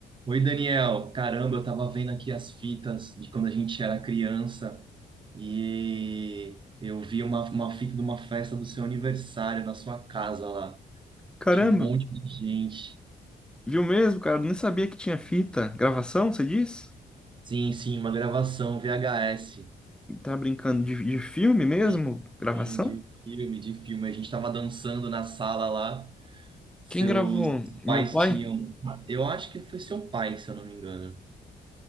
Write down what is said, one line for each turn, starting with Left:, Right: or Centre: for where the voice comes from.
Right: Oi, Daniel. Caramba, eu tava vendo aqui as fitas de quando a gente era criança e eu vi uma, uma fita de uma festa do seu aniversário na sua casa lá.
Centre: Caramba,
Right: Tinha um monte de gente.
Centre: viu mesmo, cara? Eu Nem sabia que tinha fita. Gravação, você diz?
Right: Sim, sim, uma gravação VHS.
Centre: Tá brincando de, de filme mesmo?
Right: Sim,
Centre: Gravação?
Right: sim, de filme, de filme. A gente tava dançando na sala lá. Seus
Centre: Quem gravou?
Right: pais
Centre: Meu pai?
Right: tinham. Eu acho que foi seu pai, se eu não me engano.